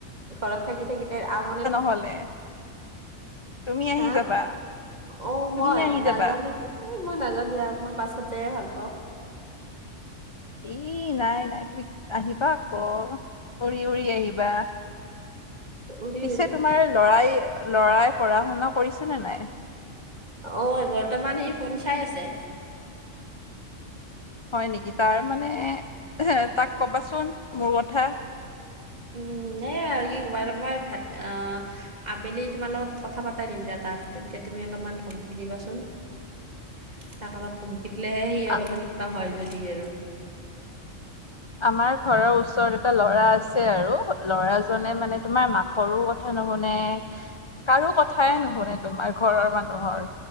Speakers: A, on the right; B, on the left.
A: ঘৰত থাকি - থাকি আমনি
B: হ'লে তুমি আহি
A: হা
B: যাবা
A: অ',
B: তুমি
A: মই
B: আহি
A: নাযাও
B: যাবা।
A: নেকি মই নাজাও দিয়া মই বাছত যায়ে ভাল পাওঁ।
B: এ নাই নাই তুমি আহিবা আক উৰি উৰি আহিবা।
A: উৰি
B: পিছে
A: উৰি
B: তোমাৰ লৰাই লৰাই পঢ়া শুনা কৰিছে নে নাই।
A: অ বৰ্তমান সি ফোন চাই আছে।
B: হয় নেকি তাৰ মানে এ তাক ক'বাচোন মোৰ কথা।
A: উম নে আৰু কি ক'বা মই ভাত আহ। আবেলি তোমাৰ লগত কথা পাতা দিম দা তাক তেতিয়া তুমি অলপমান ধমকি দিবাচোন। তাক এ তাত ধমকি দিলেহে সি
B: আ
A: অলপমান কিবা হয় যদি আৰু
B: আমাৰ ঘৰৰ ওচৰত এটা ল'ৰা আছে আৰু ল'ৰাজনে মানে তোমাৰ মাকৰো কথা নুশুনে। কাৰো কথাই নুশুনে তোমাৰ ঘৰৰ মানুহৰ।